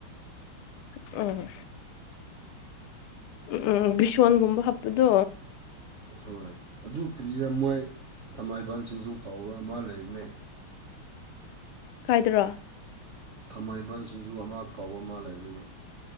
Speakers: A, on the left; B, on the right.
A: ꯎꯝ ꯎꯝ ꯎꯝ ꯕꯤꯁꯣꯟꯒꯨꯝꯕ ꯍꯥꯞꯄꯗꯣ
B: ꯍꯣꯏ ꯑꯗꯨ ꯀꯔ꯭ꯤꯔꯥ ꯃꯣꯏ ꯊꯃꯥꯏꯕꯥꯟ ꯁꯤꯡꯖꯨ ꯀꯧꯕ ꯑꯃ ꯂꯩꯕꯅꯦ
A: ꯀꯥꯏꯗꯔꯣ
B: ꯊꯥꯃꯩꯕꯟ ꯁꯤꯡꯖꯨ ꯑꯃ ꯀꯧꯕ ꯑꯃ ꯂꯩꯕꯅꯦꯕ